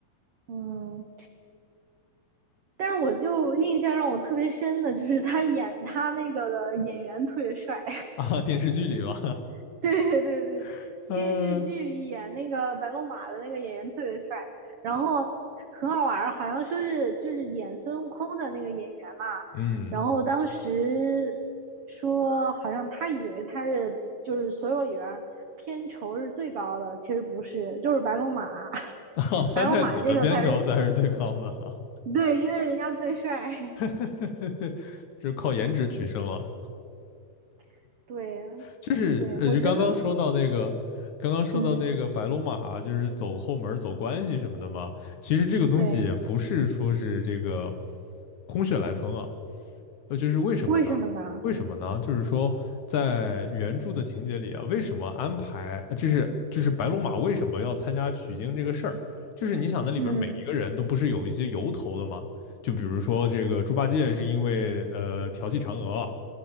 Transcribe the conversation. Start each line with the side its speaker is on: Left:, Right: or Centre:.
Right: 嗯。但是我就印象让我特别深的就是他演他那个的演员特别帅，
Left: <laughs> 啊，电视剧里吧，
Right: <laughs> 对对对，
Left: <laughs> 呃
Right: 电视剧里演那个白龙马的那个演员特别帅，然后很好玩儿，好像说是就是演孙悟空的那个演员嘛，
Left: 嗯，
Right: 然后当时说好像他以为他是就是所有里边儿片酬是最高的，其实不是，就是白龙马，<laughs>
Left: <laughs> 哈，三太子的片酬才是最高的啊，
Right: 白龙马这个才是对，因为人家最帅，
Left: <laughs> 是靠颜值取胜啊。
Right: <laughs> 对
Left: 就是呃，
Right: 对，我觉得
Left: 就刚刚说到那个，刚刚说到那个白龙马，
Right: 嗯
Left: 就是走后门儿走关系什么的嘛。其实这个东西也不是说是这个
Right: 对，
Left: 空穴来风啊，呃，就是为什么呢？
Right: 为什么呢？
Left: 为什么呢？就是说，在原著的情节里啊，为什么安排，呃就是就是白龙马为什么要参加取经这个事儿？就是你想，那里边每一个人都不是有一些由头的吗？
Right: 嗯
Left: 就比如说这个猪八戒是因为呃调戏嫦娥，